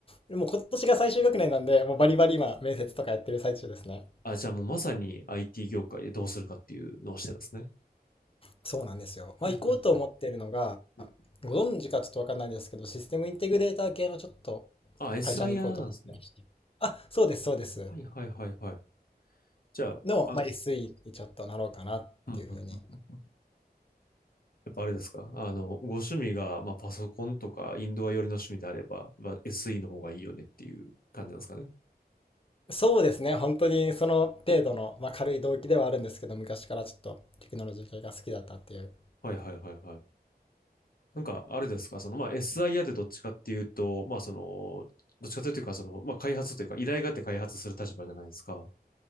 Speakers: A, on the left; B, on the left.
A: でも今年が最終学年なんで、もうバリバリ今面接とかやってる最中ですね。
B: あ、じゃあもうまさに IT 業界でどうするかっていうのをしてるんですね。
A: そうなんですよ。
B: はいはいはい。
A: まあ行こうと思ってるのが、
B: うん
A: ご存知かちょっとわかんないですけど、システムインテグレーター系のちょっと
B: あ、SIR
A: 会社に行こうと思ってまして。
B: なんですね。
A: あ、そうです、そうです。
B: はいはいはいはい。じゃあ、
A: の、
B: あの、
A: まあ、SE にちょっとなろうかなっていうふうに
B: うんうんうんうんやっぱあれですかあの、ご趣味が、まあ、パソコンとかインドア寄りの趣味であれば、まあ、SE の方がいいよねっていう感じなんですかね。
A: そうですね。本当にその程度の、まあ、軽い動機ではあるんですけど、昔からちょっとテクノロジー系が好きだったっていう。
B: はいはいはいはい。なんか、あれですかその、まあ、SIA ってどっちかっていうと、まあ、その、どっちかというか、その、まあ、開発というか、依頼があって開発する立場じゃないですか。